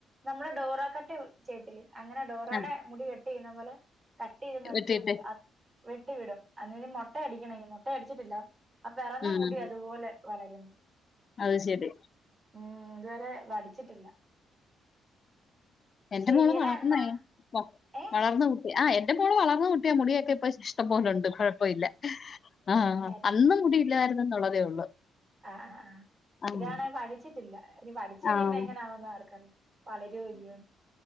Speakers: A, on the right; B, on the left.
A: നമ്മുടെ ഡോറ കട്ട് ചെയ്ത്തില്ലേ അങ്ങനെ ഡോറാടെ
B: ആഹ്
A: മുടി കെട്ടി ചെയുന്ന പോലെ തട്ടി ചെയ്ത് നിർത്ത
B: വെട്ടിയിട്ട്
A: വെട്ടി വിടും അന്നിനി മൊട്ടയടിക്ക്ണിനി മൊട്ടയടിച്ചിട്ടില്ല. അ പെറന്നാ
B: ഉം
A: മുടി അതുപോലെ വളരുന്നു.
B: അത് ശെരി.
A: ഉം ഇതുവരെ വടിച്ചിട്ടില്ല.
B: എൻ്റെ
A: ശരിയടാ
B: മോള് വളർന്നെ
A: എന്നാ
B: പ്പം
A: ഏ
B: വളർന്ന് ആഹ് എന്റെ മോള് വളർന്നു കുട്ടിയാ മുടിയൊക്ക ഇപ്പൊ ഇഷ്ടം പോലുണ്ട്. കൊ ഴപ്പുല്ല ആഹ്
A: ആ
B: അന്നു മുടി ഇല്ലായിരുന്നെന്നുള്ളതേ ഉള്ളൂ.
A: ആഹ് ആഹ്
B: ആഹ്
A: ഇതാണെ വടിച്ചിട്ടില്ല ഇനി വടിച്ചു കഴിയുമ്പോ
B: ആഹ്
A: എങ്ങനെയാവുന്ന് ആർക്കറിയാ. വളരൂല്ലെയൊന്നു